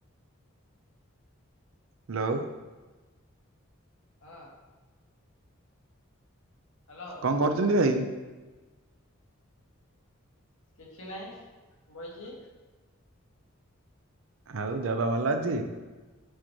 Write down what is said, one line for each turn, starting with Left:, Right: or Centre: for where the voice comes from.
Right: ହାଲୋ।
Left: ହଁ! ହ୍ୟାଲୋ
Right: କଣ କରୁଛନ୍ତି ଭାଇ?
Left: କିଛି ନାଇଁ, ବଇଚି!
Right: ଆଉ ଦେହ ପା ଭଲଅଛି?